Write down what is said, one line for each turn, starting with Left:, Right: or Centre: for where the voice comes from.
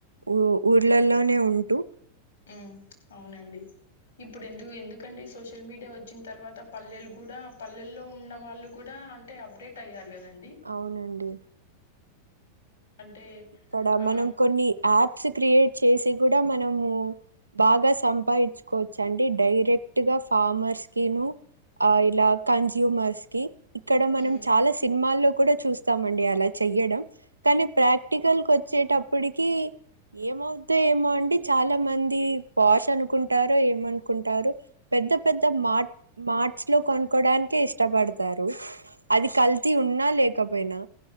Right: ఊ ఊర్లలోనే ఉంటూ
Left: ఊ అవునండి ఇప్పుడు ఎందుకు ఎందుకండి సోషల్ మీడియా వచ్చిన్ తర్వా అంతా పల్లెలు
Right: అవునండి
Left: కూడా పల్లెల్లో ఉన్న వాళ్ళు కూడా అంటే అప్డేట్ అయ్యారు కదండి
Right: అవునండి
Left: అంటే
Right: ఇక్కడ
Left: ఆ
Right: మనం కొన్ని యాప్స్ క్రియేట్ చేసి కూడా మనము బాగా సంపాయించుకోవచ్చు అండి డైరెక్ట్ గా ఫామర్స్ కిను ఆ ఇలా కన్జ్యూమర్స్ కి ఇక్కడ మనం
Left: ఉమ్,
Right: చాలా సినిమాల్లో కూడా చూస్తామండి అలా చెయ్యడం కానీ ప్రాక్ ప్రాక్టికల్ కి వచ్చేటప్పటికి ఏమవుద్దో ఏమో అండి చాలా మంది పాష్ అనుకుంటారో ఏమనుకుంటారో పెద్ద పెద్ద మట్ మార్ట్స్ లో కొనుక్కోవడానికే ఇష్టపడతారు అది కల్తీ ఉన్నా లేకపోయినా